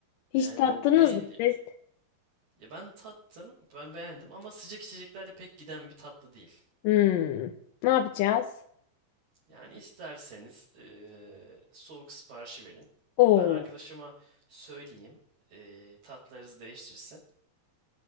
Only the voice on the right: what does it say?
Yani
beğeniliyor.
Ya ben tattım, ben beğendim ama sıcak içeceklerde pek giden bir tatlı değil.
Yani isterseniz eee, soğuk siparişi verin.
Ben arkadaşıma söyleyeyim, eee tatlarınızı değiştirsin.